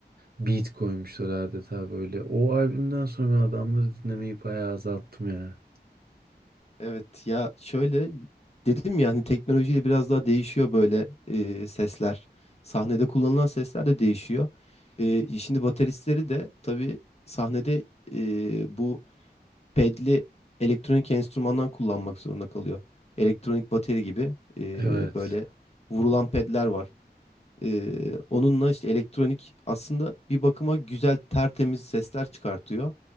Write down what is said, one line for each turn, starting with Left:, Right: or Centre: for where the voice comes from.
Right: Beat koymuşlar adeta böyle. O albümden sonra ben adamları dinlemeyi bayağı azalttım ya.
Left: evet ya şöyle dedim ya hani teknolojiyle biraz daha değişiyor böyle e, sesler. Sahnede kullanılan sesler de değişiyor. E, şimdi bateristleri de tabii sahnede e, bu pedli elektronik enstrümandan kullanmak zorunda kalıyor. Elektronik bateri gibi e,
Right: Evet.
Left: böyle vurulan pedler var. E, onunla işte elektronik aslında bir bakıma güzel tertemiz sesler çıkartıyor.